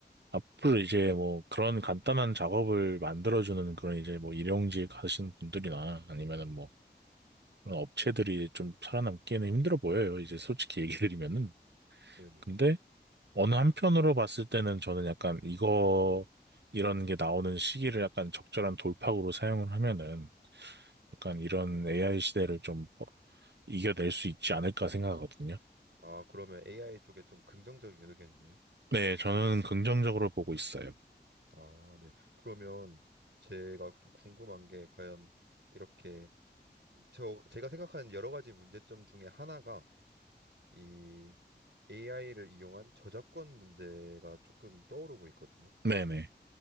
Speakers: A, on the right; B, on the right.
A: 앞으로 이제 뭐 그런 간단한 작업을 만들어주는 그런 이제 뭐 일용직 하시는 분들이나 아니면은 뭐 그런 업체들이 좀 살아남기에는 힘들어 보여요. 이제 솔직히 얘기 드리면은.
B: 네네.
A: 근데 어느 한편으로 봤을 때는 저는 약간 이거, 이런 게 나오는 시기를 약간 적절한 돌파구로 사용을 하면은 약간 이런 AI 시대를 좀 어, 이겨낼 수 있지 않을까 생각하거든요.
B: 아, 그러면 AI 쪽에 좀 긍정적인 의견이네요.
A: 네, 저는 긍정적으로 보고 있어요.
B: 아, 네. 그러면 제가 좀 궁금한 게 과연 이렇게 이- 저 제가 생각하는 여러 가지 문제점 중에 하나가 이 AI를 이용한 저작권 문제가 조금 떠오르고 있거든요.
A: 네네,